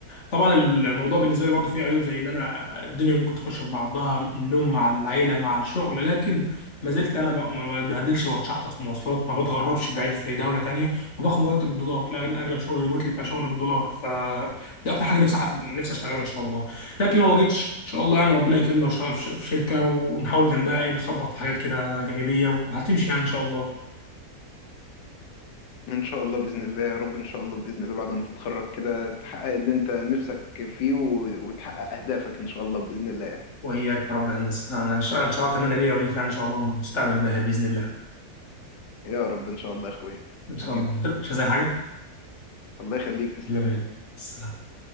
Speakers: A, on the left; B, on the left.
A: طبعا الموضوع بالنسبه لي برضه فيه عيوب زي ان انا الدنيا ممكن تخش في بعضها النوم مع العيله مع الشغل لكن ما زلت انا ب- ما بتبهدلش واتشحطط في مواصلات ما بتغربش بعيد في دوله تانية وباخد مرتب بالدولار لا اغلب شغل ريموتلي بيبقى شغل بالدولار ف دي اكتر حاجه نفسي نفسي اشتغلها ان شاء الله لكن لو ما جيتش ان شاء الله يعني ربنا يكرمنا واشتغل في ش- في شركه ونحاول جنبها ايه نخبط في حاجات كده جانبيه وهتمشي يعني ان شاء الله
B: ان شاء الله باذن الله يا رب ان شاء الله باذن الله بعد ما تتخرج كده تحقق اللي انت نفسك فيه و- وتحقق اهدافك ان شاء الله باذن الله
A: وإياك يا رب يا هندسة أنا إن شاء إن شاء الله أتمنى ليا وليك يعني إن شاء الله مستقبل باهر بإذن الله
B: يا رب ان شاء الله يا اخويا
A: إن شاء
B: حبيبي
A: الله مش عايز أي حاجة
B: الله يخليك تسلم
A: يلا بينا.
B: لي
A: السلام